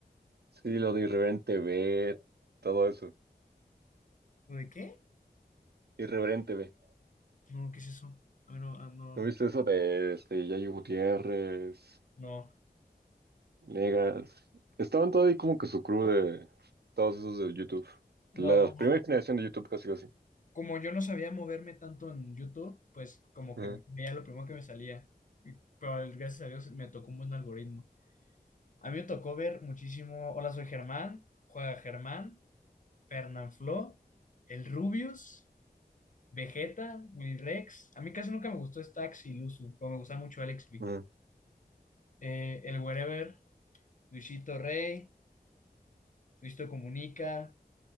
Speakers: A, on the right; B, on the left.
A: sí, lo de Irreverente B, todo eso.
B: ¿Lo de qué?
A: Irreverente B.
B: No, ¿qué es eso? Ah, no, ah, no,
A: ¿No viste eso de este, Yayo Gutiérrez,
B: no,
A: Negas? Estaban todo ahí como que su crew de todos esos de YouTube.
B: no.
A: La primera generación de YouTube casi casi.
B: como yo no sabía moverme tanto en YouTube, pues como
A: Ajá,
B: que veía lo primero que me salía. Y- Pero el- gracias a Dios me tocó un buen algoritmo. A mí me tocó ver muchísimo Hola, soy Germán, Juega Germán, Fernanfloo, El Rubius, Vegeta, Will Rex. A mí casi nunca me gustó Stax y Luzu, pero me gustaba mucho Alex B.
A: ajá.
B: Eh, el Wherever, Luisito Rey, Luisito Comunica,